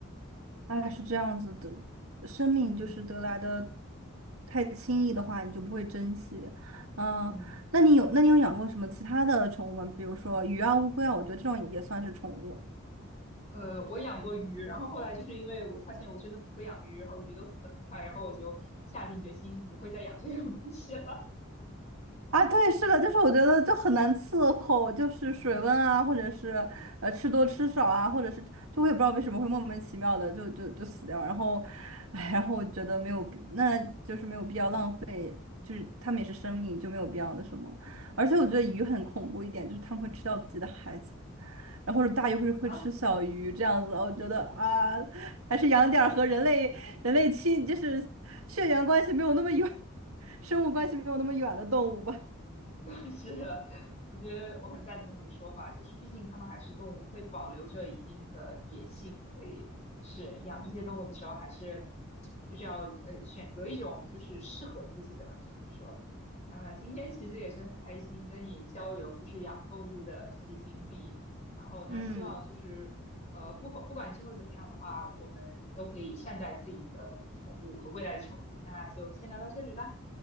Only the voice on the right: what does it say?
哎，是这样子的，
生命就是得来的
太轻易的话，你就不会珍惜。嗯，
那你有那你有养过什么其他的宠物吗？比如说鱼啊、乌龟啊，我觉得这种也算是宠物。
啊，对，是的，就是我觉得就很难伺候，就是水温啊，或者是呃吃多吃少啊，或者是就我也不知道为什么会莫名其妙的就就就死掉，然后，哎，然后我觉得没有必，那就是没有必要浪费。就是他们也是生命，
就没有必要的什么。而且我觉得鱼很恐怖一点，就是他们会吃掉自己的孩子，然后或者大鱼会会吃小鱼这样子。
我觉得啊，
还是养点儿和人类人类亲，就是血缘关系没有那么远，<laughs> 生物关系没有那么远的动物吧。
嗯，